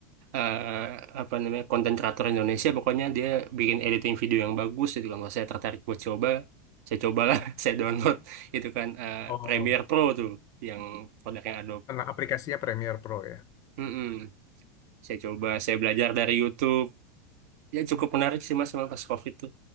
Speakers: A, on the right; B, on the left.
A: Eh, apa namanya konten kreator Indonesia pokoknya dia bikin editing video yang bagus gitu kan Wah, saya tertarik buat coba saya cobalah <laughs> saya download itu kan eh,
B: Oh,
A: Premiere Pro tuh yang produknya Adobe
B: karena aplikasinya Premiere Pro ya.
A: Mm-mm. Saya coba, saya belajar dari YouTube, ya cukup menarik sih mas memang pas COVID tuh